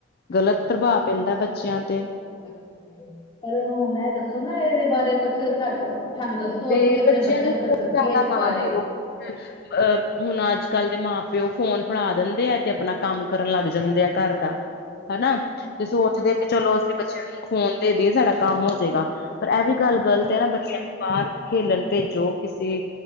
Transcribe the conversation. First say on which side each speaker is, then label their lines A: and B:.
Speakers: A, on the left (about 25°); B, on the left (about 50°).
A: ਹਾਂਜੀ
B: ਗ਼ਲਤ ਪ੍ਰਭਾਵ ਪੈਂਦਾ ਬੱਚਿਆਂ ਤੇ।
A: ਬੱਚਿਆਂ ਪਰ ਹੁਣ ਇਹ ਦੱਸੋ ਨਾ ਇਹਦੇ ਬਾਰੇ ਕੁਛ ਸਾਡ ਸਾਨੂੰ ਦੱਸੋ।
B: ਤੇ
A: ਅਸੀਂ ਵੀ ਆਪਣੇ
B: ਬੱਚਿਆਂ ਨੂੰ ਫੋਨ
A: ਕੁੱਝ ਦੱਸੀਏ
B: ਜਿਆਦਾ
A: ਇਸ
B: ਨਾ
A: ਬਾਰੇ
B: ਦਵੋ। ਅਹ ਹੁਣ ਅੱਜ ਕੱਲ ਦੇ ਮਾਂ ਪਿਓ ਫੋਨ ਫੜਾ ਦਿੰਦੇ ਆ ਤੇ ਆਪਣਾ ਕੰਮ ਕਰਨ ਲੱਗ ਜਾਂਦੇ ਆ ਘਰ ਦਾ।
A: <inaudible>
B: ਹਨਾ ਤੇ ਸੋਚਦੇ ਆ ਕਿ ਚਲੋ ਅਸੀਂ ਬੱਚਿਆਂ ਨੂੰ ਫੋਨ ਦੇ ਦੇਈਏ ਸਾਡਾ ਕੰਮ ਹੋਜਏਗਾ ਪਰ ਇਹ ਵੀ। ਗੱਲ ਗਲਤ ਹੈ ਨਾ ਬੱਚਿਆਂ ਨੂੰ ਬਾਹਰ ਖੇਲਣ ਭੇਜੋ ਕਿੇਸੀ